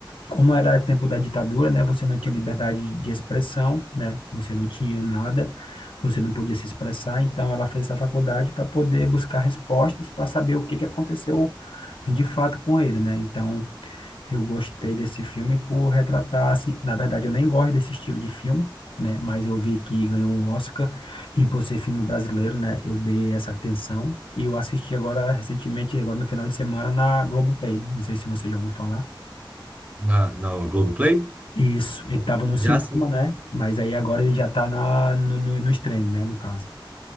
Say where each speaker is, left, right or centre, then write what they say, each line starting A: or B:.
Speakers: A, on the left; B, on the right.
A: como era tempo da ditadura, né? Você não tinha liberdade de expressão, né? Você não tinha nada você não podia se expressar, então ela fez essa faculdade para poder buscar respostas para saber o que que aconteceu de fato com ele, né? Então, eu gostei desse filme por retratar, assim, na verdade eu nem gosto desse estilo de filme, né? Mas eu vi que ganhou um Oscar e por ser filme brasileiro, né, eu dei essa atenção e eu assisti agora recentemente, agora no final de semana na Globoplay. Não sei se você já ouviu falar.
B: Na, na Globoplay?
A: Isso, ele estava no cinema,
B: Já
A: né? Mas aí agora ele já está na no, no, no stream, né, no caso.